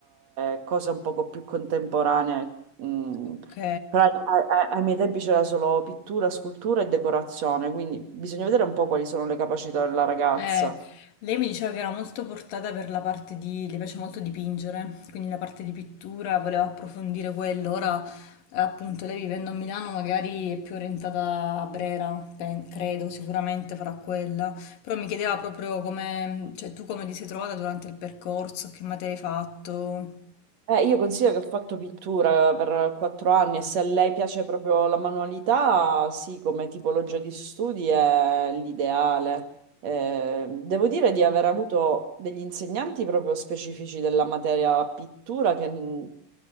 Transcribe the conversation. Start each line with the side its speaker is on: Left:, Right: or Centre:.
Right: eh, cose un poco più contemporanee. Mm.
Left: Ok,
Right: Però ai, ai- ai miei tempi c'era solo pittura, scultura e decorazione, quindi bisogna vedere un po' quali sono le capacità della ragazza.
Left: Eh, lei mi diceva che era molto portata per la parte di, le piace molto dipingere, quindi la parte di pittura, voleva approfondire quello, ora eh, appunto lei vivendo a Milano magari è più orientata a Brera, pen- credo, sicuramente farà quella, però mi chiedeva proprio come, cioè tu come ti sei trovata durante il percorso, che materia hai fatto.
Right: Eh, io considero che ho fatto pittura per quattro anni e se a lei piace proprio la manualità, sì, come tipologia di studi è l'ideale. Eh, devo dire di aver avuto degli insegnanti proprio specifici della materia pittura che, mh,